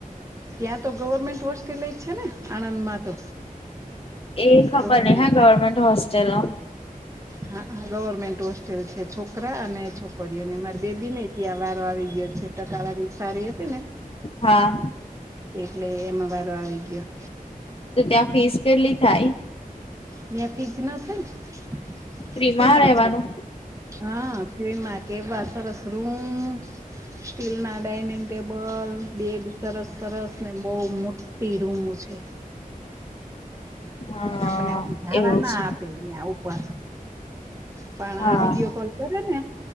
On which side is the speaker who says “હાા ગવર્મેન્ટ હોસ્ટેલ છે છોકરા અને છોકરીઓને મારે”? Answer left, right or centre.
Right